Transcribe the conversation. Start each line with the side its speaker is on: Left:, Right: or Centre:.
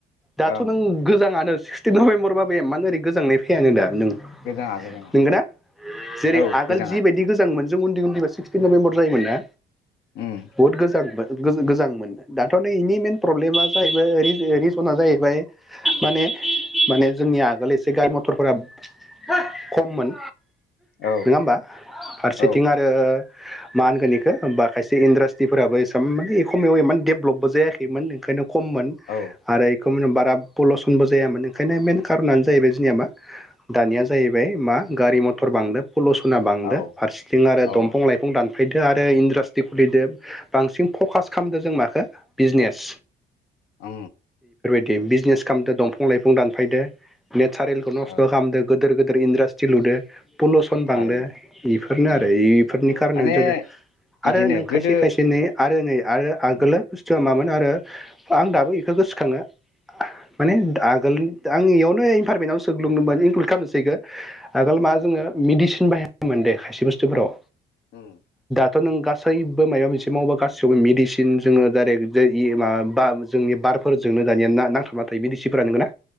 Centre: दाथ'
Left: ओं
Centre: नों गोजाङानो सिक्सटिन नभेमफरबाबो एमानओरै गोजांनाय फैयानो दा नों
Left: गोजाङा गोजाङा।
Centre: नंगोना जेरै
Left: औ
Centre: आगोल
Left: गोजाङा
Centre: जिबायदि गोजां ङो जों उन्दै उन्दै सिक्सटिन नभेम्बर जायोन ना?
Left: उम
Centre: बहुत गोजाङोमोन। गोजांमोन दाथ' नै बेनि मइेन प्रब्लेमा जाहैबाय रिजना जाहैबाय माने माने जोंनि आगोल एसे गारि मथरफोरा <inaudible> खममोन।
Left: औ
Centre: नङा होमबा? फारसेथिं
Left: औ
Centre: आरो मा होनगोन बेखौ बा खायसे इन्ड्रास्टिफोराबो एसां माने एखमयाव देभलपबो जायाखैमोन ओंखायनो खममोन
Left: औ
Centre: आरो बारा पलसनबो जायामोन ओंखायनो मेन कार'नानो जाहैबाय जोंनिया मा दानिया जाहैबाय मा गारि मथर <inaudible> बांदों फलुसना बांदो
Left: औ
Centre: फारसेथिं आरो
Left: औ
Centre: दंफां लाइफां दान फैदो आरो इन्ड्रास्टि खुलिदो बांसिन फकास खालामदो जों माखो बिजनेस
Left: अ
Centre: <unintelligible> बिजनेस खामदो दफां लाइफां दान फैदो नेट सारिलखौ नस्थ'
Left: औ
Centre: खालामदों गोदोर गोद दोर इनडाष्ट्रि लुदो पलुसन
Left: थारैनो
Centre: बांदो बेफोरनो
Left: उम
Centre: आरो इफोरनि खारनानो
Left: माने
Centre: जादों आरो
Left: इदिनो
Centre: नों
Left: गोदो
Centre: खायसे खायसे नै आरो नै आरो आगोलो
Left: उम
Centre: बुस्थुआ मामोन आ ङो आं दाबो इख' गोसोखाङो माने आगोल आं इयावनो इनभारमेन्ट आव <unintelligible> इनक्लुद खामनोसैखो आगोल मा जोङो मिडिसिन बाहायामोन दे खायसे बुस्थुफोराव
Left: उम
Centre: थ' नों गासैबो माबा मोनसे मावोबा गासैयावबो मेडिसिन जोङो डाइरेक्ट इ माबा बा जोंनि बारफोरजोंनो दानिया ना नांथाबना थायो मेदिसिनफोरा नोंगो ना?